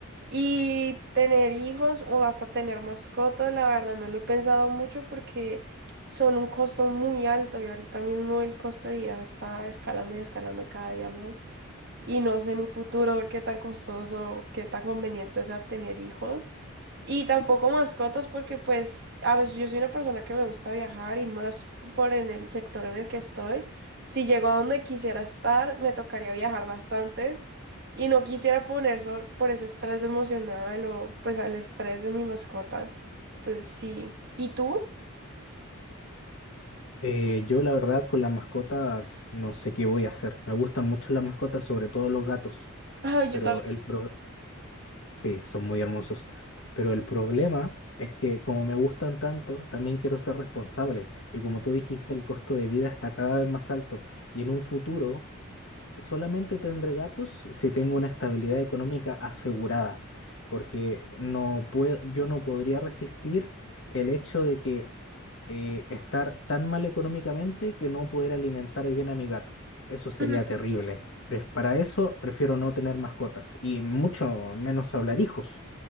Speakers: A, on the right; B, on the left.
A: Y tener hijos o hasta tener mascotas, la verdad, me lo he pensado mucho porque son un costo muy alto y ahorita mismo el costo de vida está escalando y escalando cada día más y no sé en un futuro ver qué tan costoso, qué tan conveniente sea tener hijos. Y tampoco mascotas porque pues a veces yo soy una persona que me gusta viajar y más por en el sector en el que estoy. Si llego a donde quisiera estar, me tocaría viajar bastante y no quisiera poner so- por ese estrés emocional o pues al estrés de mi mascota. Entonces sí. ¿Y tú?
B: Eh, yo la verdad con las mascotas no sé qué voy a hacer. Me gustan mucho las mascotas, sobre todo los gatos,
A: <laughs> Ay,
B: pero
A: yo
B: el, pro- Sí, son muy hermosos. Pero el problema es que como me gustan tanto, también quiero ser responsable. Y como tú dijiste, el costo de vida está cada vez más alto. Y en un futuro, Solamente tendré gatos si tengo una estabilidad económica asegurada, porque no puedo, yo no podría resistir el hecho de que eh, estar tan mal económicamente que no poder alimentar bien a mi gato. Eso sería
A: también.
B: terrible. Pref- Para eso prefiero no tener mascotas y mucho menos hablar hijos.